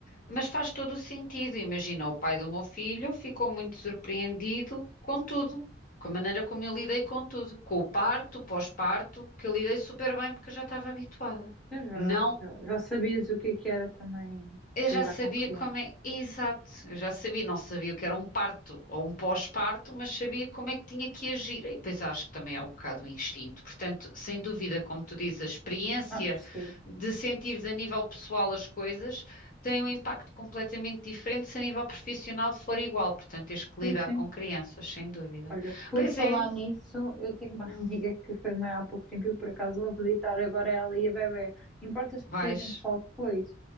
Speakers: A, on the left (about 45°); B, in the centre.
A: Mas faz todo o sentido. Imagina, o pai do meu filho ficou muito surpreendido com tudo, com a maneira como eu lidei com tudo, com o parto, pós-parto, que eu lidei super bem porque eu já estava habituada.
B: Eu já,
A: Não
B: já, já sabias o que é que era também
A: Eu
B: lidar
A: já sabia
B: com criança.
A: como é. Exato, eu já sabia, não sabia o que era um parto ou um pós-parto, mas sabia como é que tinha que agir. E depois acho que também é um bocado o instinto. Portanto, sem dúvida, como tu dizes, a experiência
B: Ah, percebo.
A: de sentires a nível pessoal as coisas tem um impacto completamente diferente se a nível profissional for igual. Portanto, tens que lidar
B: Sim, sim.
A: com crianças, sem dúvida.
B: Olha, por
A: Pois
B: falar
A: é,
B: nisso, eu tenho uma
A: hum,
B: <laughs> amiga que foi mãe há pouco tempo e eu por acaso vou visitar agora ela e a bebê. Importas
A: vais.
B: que a gente fale depois?